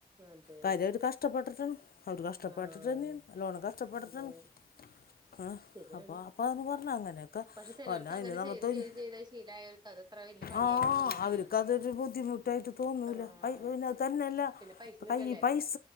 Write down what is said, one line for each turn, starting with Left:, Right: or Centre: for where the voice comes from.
Right: അതെ
Left: കാര്യാട്ട് കഷ്ടപ്പെട്ടിട്ടണ്ട്. അവര് കഷ്ടപ്പെട്ടിട്ട്
Right: ആഹ്
Left: തന്നെയണ്. അല്ലോണം കഷ്ടപ്പെട്ടിട്ടാണ്.
Right: അതെ
Left: ങാ
Right: ശരിയാണ്
Left: അപ്പൊ അപ്പ അതു പറഞ്ഞ അങ്ങെനെ. ക്ക
Right: പക്ഷെ ചിലർക്ക്
Left: ന്ന
Right: അങ്ങനെ
Left: എന്നത
Right: ചെയ്ത്
Left: മൊത്തൊല്ല.
Right: ചെയ്ത് ചെയ്ത് ശീലായവർക്ക് അത് അത്ര വല്യ പണിയായിട്ടും
Left: ആഹ്
Right: തോന്നില്ലേ
Left: അവർക്ക്തൊരു ബുദ്ധിമുട്ടായിട്ട് തോന്നൂല.
Right: ആഹ്
Left: <unintelligible> തന്നെല്ല
Right: പിന്നെ പൈസയും കിട്ടല്ലേ
Left: കൈയി പൈസ